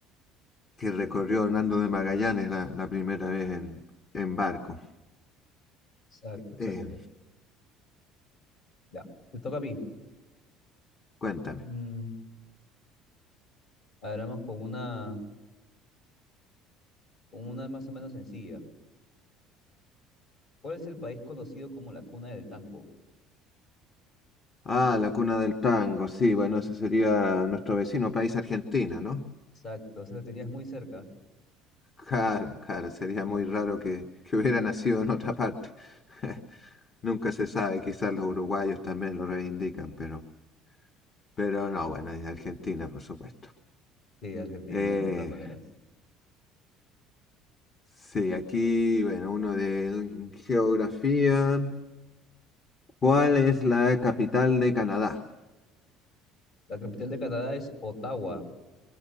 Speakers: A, on the left; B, on the left.
A: que recorrió
B: Sí,
A: Hernando de Magallanes la, la primera vez en, en barco.
B: exacto, exacto.
A: Eh,
B: Ya, te toca a mí.
A: cuéntame.
B: Mm, a ver, vamos con una, con una más o menos sencilla. ¿Cuál es el país conocido como la cuna del tango?
A: Ah, la cuna del tango, sí, bueno, ese sería nuestro vecino país, Argentina, ¿no?
B: Exacto, o sea, lo tenías muy cerca.
A: Claro, claro, sería
B: Sí,
A: muy raro que, <laughs> que hubiera nacido en otra parte. <laughs> Nunca se sabe, quizás los uruguayos también lo reivindican, pero, pero no, bueno, es de Argentina, por supuesto.
B: sí, Argentina,
A: Eh,
B: de todas maneras.
A: sí, aquí, bueno, uno de mm, geografía. ¿Cuál es la capital de Canadá?
B: La capital de Canadá es Ottawa.